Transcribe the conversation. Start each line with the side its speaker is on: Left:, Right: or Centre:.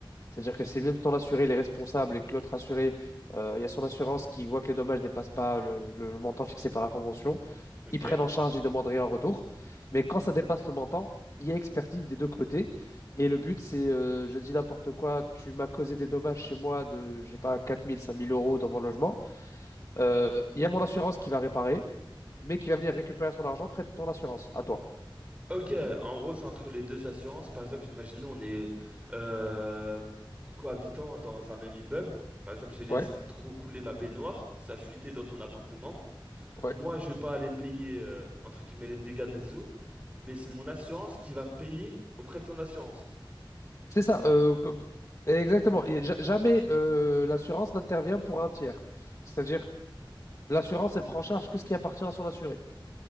Left: C'est-à-dire que si même ton assuré il est responsable et que l'autre assuré, euh, il y a son assurance qui voit que les dommages ne dépassent pas le le- le montant fixé par la convention,
Right: Ok.
Left: ils prennent en charge, ils demandent rien en retour. Mais quand ça dépasse le montant, il y a expertise des deux côtés. Et le but, c'est, euh, je dis n'importe quoi, tu m'as causé des dommages chez moi de, je sais pas, quatre mille, cinq mille euros dans mon logement. Euh,
Right: Mhm.
Left: il y a mon assurance qui va réparer, mais qui va venir récupérer son argent près de ton assurance, à toi.
Right: Ok, en gros, c'est entre les deux assurances. Par exemple, imaginons, on est euh, cohabitant dans un même immeuble. Par exemple, j'ai laissé
Left: Ouais,
Right: trop couler ma baignoire, ça fuitait dans ton appartement.
Left: ouais.
Right: Moi, je vais pas aller payer, euh, entre guillemets, les dégâts des eaux, mais c'est mon assurance qui va payer auprès de ton assurance, tout
Left: C'est
Right: simplement.
Left: ça. euh, que- Exactement. Et ja- jamais euh, l'assurance n'intervient pour un tiers. C'est-à-dire, l'assurance, elle prend en charge que ce qui appartient à son assuré.